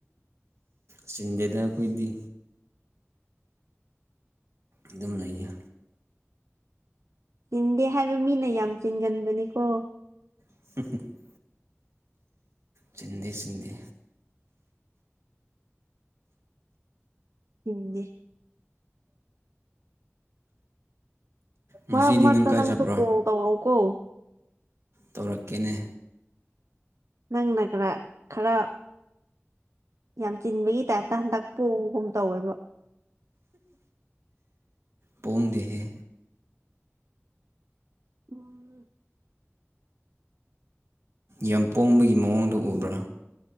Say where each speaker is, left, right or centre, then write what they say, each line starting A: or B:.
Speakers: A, on the right; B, on the right.
A: ꯆꯤꯟꯗꯦꯗ ꯑꯩꯈꯣꯏꯗꯤ ꯑꯗꯨꯝ ꯂꯩꯌꯦ
B: ꯆꯤꯟꯗꯦ ꯍꯥꯏꯕ ꯃꯤꯅ ꯌꯥꯝ ꯆꯤꯟꯒꯟꯕꯅꯤꯀꯣ
A: <unintelligible> ꯆꯤꯟꯗꯦ ꯆꯤꯟꯗꯦ
B: ꯍꯤꯟꯗꯤ
A: ꯉꯁꯤꯗꯤ
B: ꯃꯔꯛ ꯃꯔꯛꯇꯥ
A: ꯅꯪ ꯀꯥꯏ
B: ꯅꯪꯁꯨ
A: ꯆꯠꯄ꯭ꯔꯣ
B: ꯀꯣꯜ ꯇꯧꯔꯛꯎꯀꯣ
A: ꯇꯧꯔꯛꯀꯦꯅꯦ
B: ꯅꯪꯅ ꯈꯔ ꯈꯔ ꯌꯥꯝ ꯆꯤꯟꯕꯒꯤ ꯇꯥꯏꯞꯇꯥ ꯍꯟꯗꯛ ꯄꯣꯡꯕꯒꯨꯝ ꯇꯧꯋꯦꯕ
A: ꯄꯣꯡꯗꯦꯍꯦ
B: ꯎꯝ
A: ꯌꯥꯝ ꯄꯣꯡꯕꯒꯤ ꯃꯑꯣꯡꯗ ꯎꯕ꯭ꯔꯥ